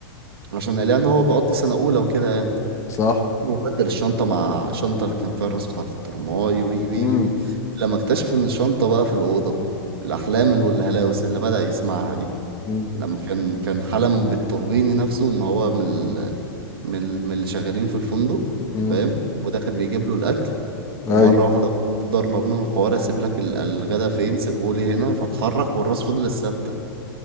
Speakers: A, on the right; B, on the left.
A: عشان قال يعني ان هو بيقضي سنه اولى وكده يعني.
B: صح
A: وبدل الشنطة مع الشنطة اللي كان فيها الراس بتاعة الترماي وي وي
B: امم
A: وي لما اكتشف إن الشنطة بقى في الأوضة الأحلام والهلاوس اللي بدأ يسمعها دي
B: مم.
A: لما كان كان حلم بالتوربيني نفسه إن هو من ال... من ال... من اللي شغالين في الفندق
B: امم
A: فاهم وداخل بيجيب له الأكل
B: ايوه
A: ومرة واحدة ضرب ما بينهم الحوار أسيب لك ال- الغدا فين سيبهولي هنا فاتحرك والراس فضلت ثابتة